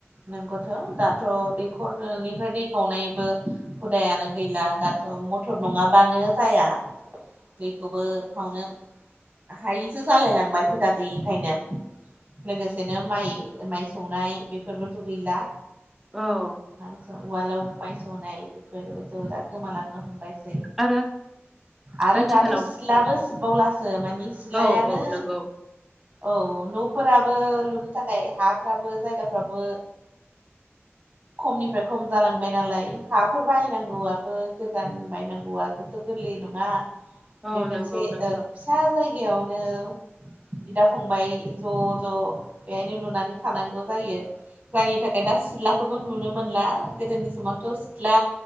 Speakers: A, on the right; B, in the centre.
A: नंगौथ' दाथ' दैखरनिफ्राय दै खावनायबो हुदायानो गैला दाथ' मथर नङाबानो जाया। दैखौबो खावनो हायिसो जालाय लांबाय हुदा गैयिखायनो। लोगोसेनो माइ माइ सौनाय बेफोरबोथ' गैला
B: औ।
A: आरो उवालाव माय सौनाय बेफोरबोथ' दा गोमालांनो हमबायसै
B: आरो
A: आरो
B: आथिखालाव
A: दाथ' सिथलाबो सिबबावलासो माने सिलायानो
B: औ औ नंगौ
A: औ न'फोराबो लुनो थाखाय हाफ्राबो जायगा फ्राबो खमनिफ्राय खम जालांबाय नालाय, हाफोर बायनांगौआबो गोदान बायनांगौआबो गोरलै नङा
B: औ
A: बे मोनसे
B: नंगौ
A: ओ
B: नोंथां
A: फिसा जायगायावनो बिदा फंबाय ज' ज' बेहायनो लुनानै थानांगौ जायो जायनि थाखाय दा सिथ्लाखौबो नुनो मोनला गोदोनि समावथ' सिथ्ला